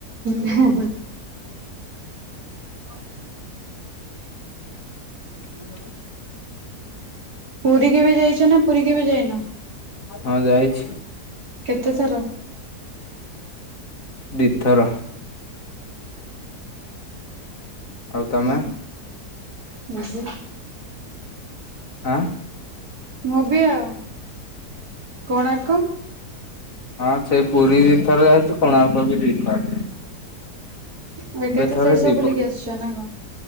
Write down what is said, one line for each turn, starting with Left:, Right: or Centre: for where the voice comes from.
Right: ନାଁ ନାଁ
Left: ହ ସ୍କୁଲ ଆଉ
Right: ପୁରୀ କେବେ ଯାଇଛ ନା ପୁରୀ କେବେ ଯାଇନ
Left: ହଁ ଯାଇଛି
Right: କେତେ ଥର
Left: ଦି ଥର ଆଉ ତମେ
Right: ହୁଁ ମୁଁ ବି
Left: ଆଁ
Right: ମୁଁ ବି ଆଉ କୋଣାର୍କ
Left: ହଁ ସେ ପୁରୀ ଦି ଥର ଯାଇଛୁ। କୋଣାର୍କ ବି ଦି ଥର
Right: ଆଉ ଏକା ତ
Left: ଥରେ
Right: ସିଆଡେ ସବୁ
Left: ଯିବୁ।
Right: ବୁଲିକି ଆସିଛ ନା କଣ?